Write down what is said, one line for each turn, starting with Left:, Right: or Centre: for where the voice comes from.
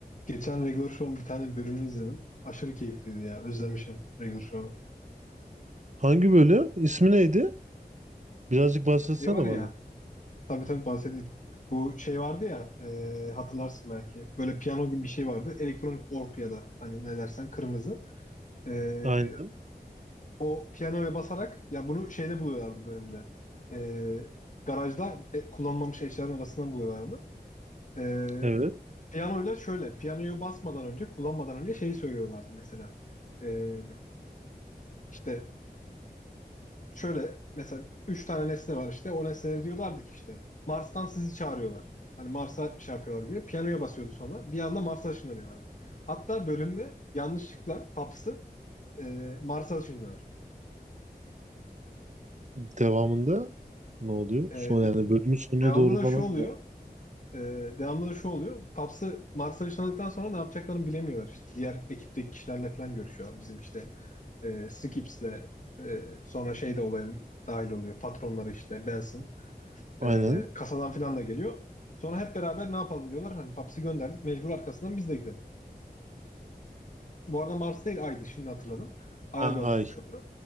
Left: Geçen Regular Show'un bir tane bölümünü izledim. Aşırı keyifliydi ya. Özlemişim Regular Show'u.
Right: Hangi bölüm? İsmi neydi? Birazcık bahsetsene
Left: Şey var ya.
Right: bana.
Left: Tabii tabii bahsedeyim. Bu şey vardı ya. e, hatırlarsın belki. Böyle piyano gibi bir şey vardı. Elektronik org ya da hani ne dersen kırmızı. E,
Right: Aynen.
Left: o piyanoya basarak ya bunu şeyde buluyorlardı bölümde. E, garajda e, kullanılmamış eşyaların arasından buluyorlardı. E,
Right: Evet.
Left: piyanoyla şöyle. Piyanoyu basmadan önce kullanmadan önce şeyi söylüyorlardı mesela. E, işte şöyle mesela üç tane nesne var işte. O nesneleri diyorlardı ki işte Mars'tan sizi çağırıyorlar. Hani Mars'a şey yapıyorlar gibi. Piyanoya basıyordu sonra. Bir anda Mars'a ışınlanıyorlardı. Hatta bölümde yanlışlıkla Paps'ı e, Mars'a ışınlıyorlar.
Right: Devamında ne oluyor?
Left: E,
Right: Son
Left: de-
Right: yani bölümün sonuna
Left: devamlı
Right: doğru
Left: da
Right: falan
Left: şu oluyor.
Right: mı? oluyor?
Left: e, devamlı da şu oluyor. Paps'ı Mars'a ışınladıktan sonra ne yapacaklarını bilemiyorlar. İşte diğer ekipteki kişilerle falan görüşüyorlar. Bizim işte e, Skips'le e, sonra şey de olaya dahil oluyor. Patronları işte Benson.
Right: Aynen.
Left: Ee, kasadan filan da geliyor. Sonra hep beraber ne yapalım diyorlar. Hani Paps'i gönderdik. Mecbur arkasından biz de gidelim. Bu arada Mars değil Ay'dı şimdi hatırladım. Ay'a
Right: Ha,
Left: göndermiş
Right: ay.
Left: oluyor.